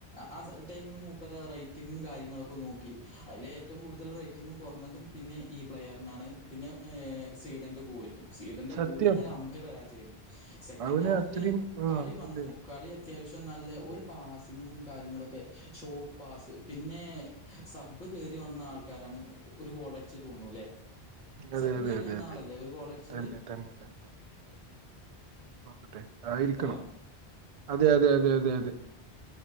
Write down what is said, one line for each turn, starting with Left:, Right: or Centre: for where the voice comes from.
Centre: ആ ടൈമിന് മൂപ്പരാ റേറ്റിങ്ങും കാര്യങ്ങളൊക്കെ നോക്കി. അയിലേറ്റവും കൂടുതല് റേറ്റിംഗ് കൊറഞ്ഞതും പിന്നെ ഈ പ്ലെയറിനാണ്. പിന്നെ സ്വീഡൻ്റെ ഗോളിക്കും. സ്വീഡന്റെ
Right: സത്യം
Centre: ഗോളി ഇന്നലെ അമ്പേ പരാജയേന്നു. സെക്കന്റ്
Right: അവന്
Centre: ഹാഫില്
Right: അത്രയും ആ
Centre: കളി വന്നു.
Right: അതെ
Centre: കളി അത്യാവശ്യം നല്ല, ഓല് പാസ്സിങ്ങും കാര്യങ്ങളൊക്കെ ഷോർട്ട് പാസ്, പിന്നെ സബ്ബ് കേറി വന്ന ആൾക്കാരാണ് ഒരു ഗോളടിച്ചെ തോന്നുണുല്ലെ?
Right: അതെ
Centre: സബ്ബ്
Right: അതെ
Centre: കേറി
Right: അതെ
Centre: വന്ന
Right: അതെ
Centre: ആളല്ലേ ഒരു ഗോളടിച്ചത്?
Right: തന്നെ തന്നെ നോക്കട്ടെ ആയിരിക്കണം.
Centre: ഹലോ
Right: അതെ അതെ അതെ അതെ അതെ.